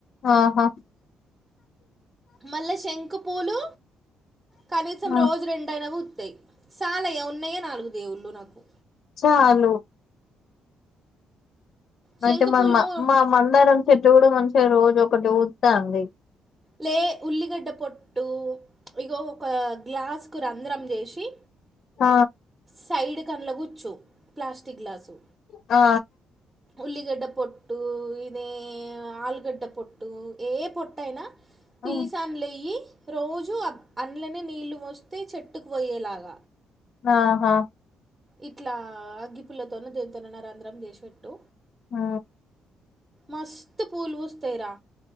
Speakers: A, on the left (about 60°); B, on the right (about 20°).
A: ఆహా
B: మళ్ళ శంఖు పూలు కనీసం
A: ఆ
B: రోజు రెండన పు తయ్ సాలయ ఉన్నయే నాలుగు దేవుళ్ళు నాకు
A: సాలు
B: శంకు
A: అయితే మా
B: పూలు
A: మ
B: మూ
A: మా మామందరం చెట్లు గుడ మంచిగ రోజు ఒకటి వుతాంది.
B: లే ఉల్లిగడ్డ పొట్టూ ఇగో ఒక గ్లాస్కు రంధ్రం జెశ్ టి
A: ఆ
B: సైడ్ కన్ల కుచ్చు ప్లాస్టిక్ గ్లాసు
A: ఆ
B: ఉల్లిగడ్డ పొట్టూ ఇదీ ఆలుగడ్డ పొట్టూ ఏ పొట్టైన తీస
A: ఉమ్,
B: అన్లయి రోజూ అం అండ్లనే నీళ్లు వొస్తే చెట్టుకు వొయ్యేలాగ
A: ఆహా
B: ఇట్లా అగ్గిపుల్లతోనో దేన్తోనన్న రంధ్రం చేసి వెట్టు
A: ఆ
B: మస్త్ పూలు పూస్తయ్ రా